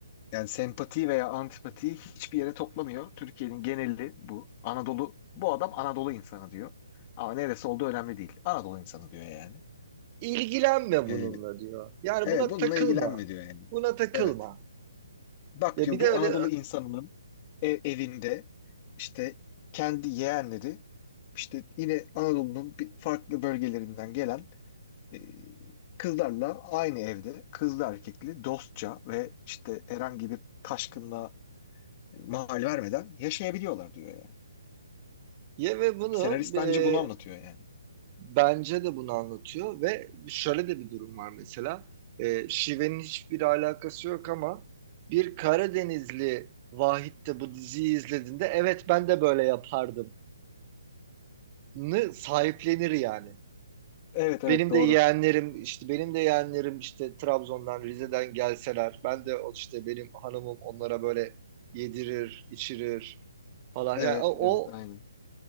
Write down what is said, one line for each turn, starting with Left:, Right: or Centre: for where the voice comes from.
Left: Yani sempati veya antipatiyi hiçbir yere toplamıyor. Türkiye'nin geneli bu. Anadolu, bu adam Anadolu insanı diyor. Ama neresi olduğu önemli değil. Anadolu insanı diyor yani.
Right: İlgilenme
Left: Ee,
Right: bununla diyor. Yani
Left: evet
Right: buna
Left: bununla
Right: takılma.
Left: ilgilenme diyor yani.
Right: Buna takılma.
Left: Evet. Bak
Right: Ya
Left: diyor
Right: bir de
Left: bu
Right: öyle
Left: Anadolu insanının e- evinde işte kendi yeğenleri işte yine Anadolu'nun bir farklı bölgelerinden gelen e, kızlarla aynı evde kızlı erkekli dostça ve işte herhangi bir taşkınlığa mahal vermeden yaşayabiliyorlar diyor yani.
Right: Ye ve bunu
Left: Senarist bence
Right: e,
Left: bunu anlatıyor yani.
Right: bence de bunu anlatıyor ve şöyle de bir durum var mesela. E, şivenin hiçbir alakası yok ama bir Karadenizli Vahit de bu diziyi izlediğinde evet ben de böyle yapardım. Nı sahiplenir yani.
Left: Evet evet
Right: Benim
Left: doğru.
Right: de yeğenlerim işte benim de yeğenlerim işte Trabzon'dan Rize'den gelseler ben de o işte benim hanımım onlara böyle yedirir, içirir falan.
Left: Evet.
Right: Yani o,
Left: Evet
Right: o
Left: aynen.